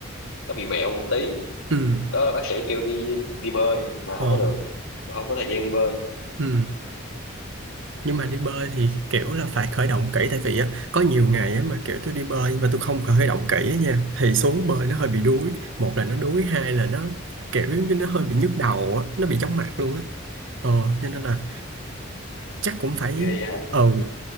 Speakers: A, on the left (about 80°); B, on the right (about 65°).
A: nó bị vẹo một tí
B: ừ
A: đó là bác sĩ kêu đi đi bơi mà không
B: ờ
A: có được mà không có thời gian đi bơi
B: ừ nhưng mà đi bơi thì kiểu là phải khởi động kỹ tại vì á có nhiều ngày á mà kiểu tôi đi bơi và tôi không khởi động kỹ á nha thì xuống bơi nó hơi bị đuối một là nó đuối hai là nó kiểu giống như nó hơi bị nhức đầu á nó bị chóng mặt luôn á ờ cho nên là chắc cũng phải
A: ghê vậy hả
B: ừ